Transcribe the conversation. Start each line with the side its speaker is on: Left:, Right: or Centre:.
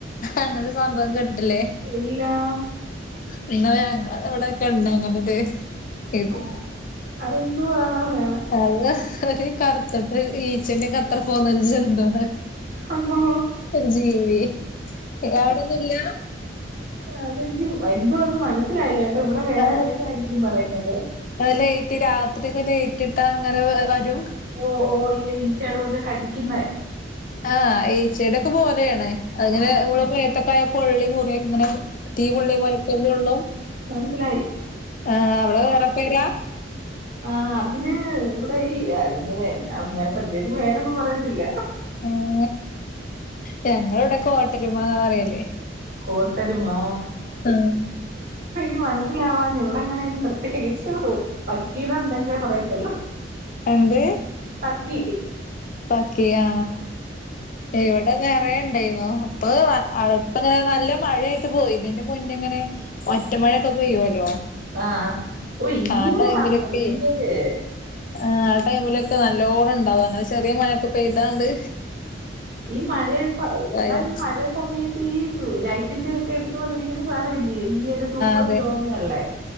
Left: അങ്ങനൊരു സംഭവം കേട്ടിട്ടില്ലേ?
Right: ഇല്ലാ
Left: പിന്നെ ഞങ്ങളുടെ എവിടെ ഒക്കെയുണ്ട് അങ്ങനൊരു രീതി.
Right: ഓഹ് അത് എന്തുവാ ആഹ്.
Left: അത് ഒരു കറുത്തിട്ട് ഈച്ചന്റെ അത്ര അത്ര പോലൊരു ജന്തു ആണ്.
Right: അമ്മോ
Left: ഒരു ജീവി അവിടൊന്നുല്ല.
Right: അതെ എനിക്ക് എന്തോ ഒന്ന് മനസ്സിലായില്ല കേട്ടോ ഇവിടെ വേറെ
Left: ആഹ്
Right: പേരായിരിക്കും പറയുന്നത്.
Left: ലൈറ്റ് രാത്രിയൊക്കെ ലൈറ്റ് ഇട്ടാൽ അങ്ങനെ വരും.
Right: ഓഹ് ഓഹ് ഇല്ല ഈച്ചടെ കൂട്ടില് കടിക്കുന്ന.
Left: ആഹ് ഈച്ചടെ ഒക്കെ പോലെയാണ്, അത് ഇങ്ങനെ
Right: ആ
Left: നമ്മള് ദേഹത്തോക്ക് ആയാൽ പൊള്ളി മുറി ഇങ്ങനെ. തീ പെള്ളിയെ പോലെ ഇപ്പം പൊള്ളും,
Right: മനസ്സിലായി
Left: ആഹ് അവിടെ വേറെ പേരാ.
Right: ആഹ് അതിന് ഇവിടെ ഈ അതിന് എല്ലാം പ്രത്യേകിച്ച് പേരൊന്നും പറയത്തില്ല.
Left: ഉം ഞങ്ങള് ഇവിടെ കോട്ടരുമ എന്നാ പറയല്.
Right: കോട്ടരുമാ.
Left: ഉം
Right: അയ്യോ മനസിലാവാഞ്ഞത് ഇവിടെ അങ്ങനെ അയിന് പ്രത്യേകിച്ചു. വക്കീൽ ഉണ്ടെങ്കിലേ പറയത്തുള്ളൂ.
Left: എന്ത്?
Right: പക്കി
Left: പക്കിയോ, ഇവിടെ. മഴ ഉണ്ടായിരുന്നോ, ഇപ്പൊ ആഹ് അവിടുത്ത് അങ്ങനെ നല്ല മഴത്തെ പോയി ഇതിന്റെ മുന്നേ എങ്ങനെ. ഒറ്റമഴയൊക്കെ പെയ്യുവല്ലോ?
Right: ആഹ് ഓഹ് ഇങ്ങനെ
Left: ആ ടൈമിലൊക്കെ
Right: വന്നോ ഇന്നലെ.
Left: ആഹ് ടൈമിലൊക്കെ നല്ലോണ്ണം ഇണ്ടാവും അങ്ങനെ ചെറിയ മഴയൊക്കെ പെയ്ത്തോണ്ട്.
Right: ഈ മഴയിപ്പോ എടാ
Left: ആയാ
Right: ഈ മഴ. സമയത്ത് ഈ ടു ലൈറ്റിന്റെ ഒക്കെ എടുത്ത് വന്നിരിക്കുന്ന സാധനം അല്ലയോ ഈയല് തൂവല്
Left: അതെ
Right: തോനയുള്ളേ.